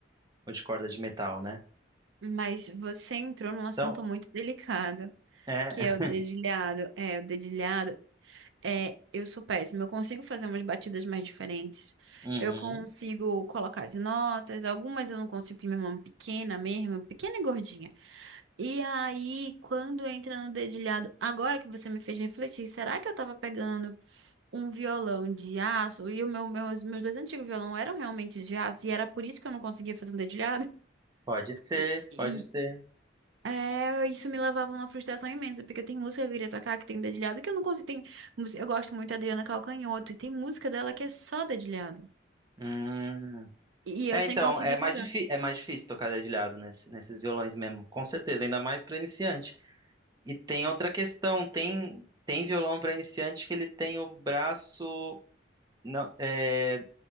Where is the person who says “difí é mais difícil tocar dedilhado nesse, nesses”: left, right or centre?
Right